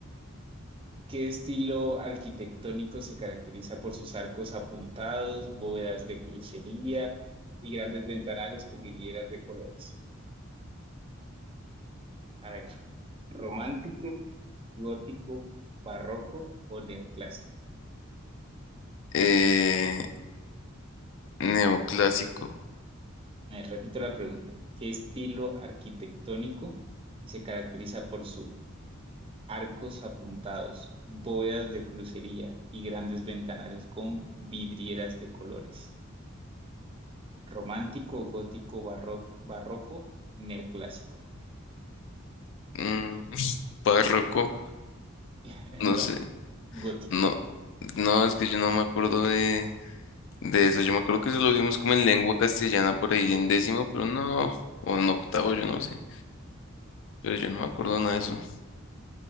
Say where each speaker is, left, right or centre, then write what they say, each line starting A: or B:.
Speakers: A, on the right; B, on the left.
A: ¿Qué estilo arquitectónico se caracteriza por sus arcos apuntados, bóvedas de crucería y grandes ventanales con vidrieras de colores? A ver, ¿romántico, gótico, barroco o neoclásico?
B: Eh, neoclásico.
A: Eh, repito la pregunta. ¿Qué estilo arquitectónico se caracteriza por sus arcos apuntados, bóvedas de crucería y grandes ventanales con vidrieras de colores? ¿Romántico, gótico, barro- barroco, neoclásico?
B: Mm, <laughs> párroco.
A: <laughs>
B: No sé.
A: No, gótico.
B: No, no, es que yo no me acuerdo de de eso. Yo me acuerdo que eso lo vimos como en lengua castellana por ahí en décimo, pero no, o en octavo, yo no sé. Pero yo no me acuerdo nada de eso.